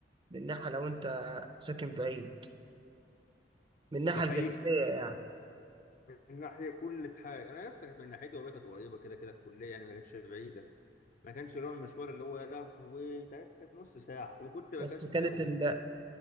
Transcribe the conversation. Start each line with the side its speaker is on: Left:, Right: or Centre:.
Right: من الناحيه لو انت ساكن بعيد من الناحيه
Left: ده حقيقي
Right: الجسديه يعني
Left: من ناحيه كل حاجه انا يا اسطى كانت من ناحيتي والله كانت قريبه كده كده الكليه يعني ما كانتش بعيده ما كانش اللي هو المشوار اللي هو يا لهوي ده كانت نص ساعه وكنت بكسل
Right: بس كانت
Left: اروح
Right: ال